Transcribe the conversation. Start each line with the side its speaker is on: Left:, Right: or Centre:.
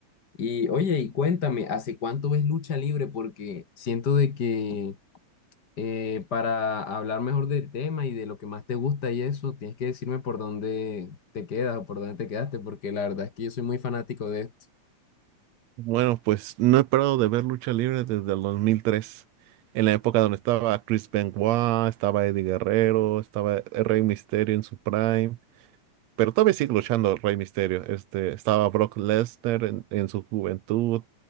Left: Y oye, y cuéntame, ¿hace cuánto ves lucha libre? Porque siento de que eh, para hablar mejor del tema y de lo que más te gusta y eso, tienes que decirme por dónde te quedas o por dónde te quedaste, porque la verdad es que yo soy muy fanático de esto.
Right: Bueno, pues no he parado de ver lucha libre desde el 2003, en la época donde estaba Chris Benoit, estaba Eddie Guerrero, estaba el Rey Mysterio en su prime, pero todavía sigue luchando el Rey Mysterio. Este, estaba Brock Lesnar en, en su juventud,